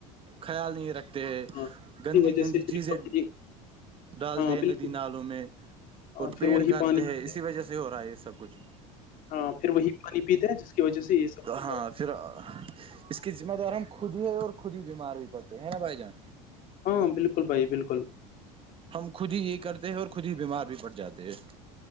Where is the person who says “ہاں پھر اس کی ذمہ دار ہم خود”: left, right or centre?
Right